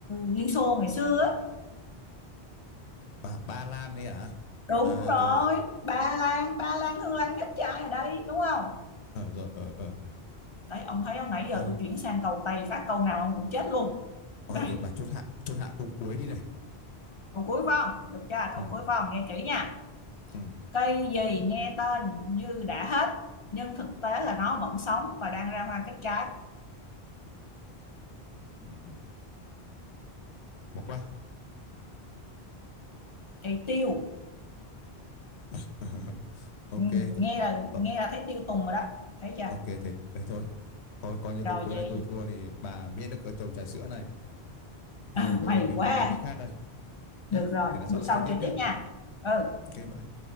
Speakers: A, on the left; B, on the left.
A: Liên Xô ngày xưa á
B: À, Ba Lan đấy à?
A: đúng
B: À
A: rồi
B: rồi.
A: Ba Lan Ba Lan thương Lan nhất trai ở đây đúng không
B: Ờ rồi. Ờ ờ.
A: đấy ông thấy không nãy giờ
B: Thôi.
A: tôi chuyển sang cầu Tây phát câu nào ông cũng chết luôn
B: Ờ
A: đây
B: rồi bà chốt hạ. Chốt hạ câu cuối đi này.
A: câu cuối phải không được chưa câu
B: Ừ.
A: cuối phải không nghe kỹ nha
B: Ừ.
A: cây gì nghe tên như đã hết nhưng thực tế là nó vẫn sống và đang ra hoa kết trái
B: ừ, ừ. Bỏ qua.
A: cây tiêu
B: <laughs> Ok.
A: ừ, nghe là
B: Ờ,
A: nghe là thấy tiêu tùng rồi đó thấy chưa
B: ok thế, thế thôi. Coi coi như
A: rồi
B: câu cuối
A: vậy
B: này tôi thua thì bà miễn được ở chầu trà sữa này. Thôi
A: à,
B: tôi
A: mày
B: còn việc
A: quá
B: đi làm việc khác đây. Nhá.
A: được rồi
B: Để lần sau
A: bữa
B: lại
A: sau
B: chơi tiếp
A: chơi
B: nhá.
A: tiếp nha ừ
B: Ok bye.